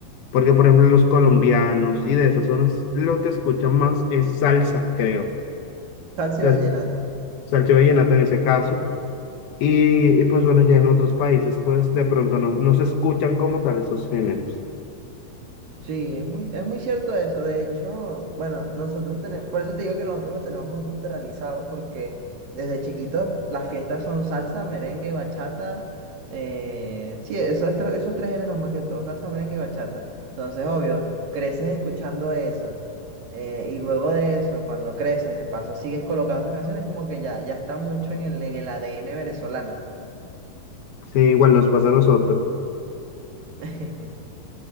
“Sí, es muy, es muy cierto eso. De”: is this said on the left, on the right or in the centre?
Right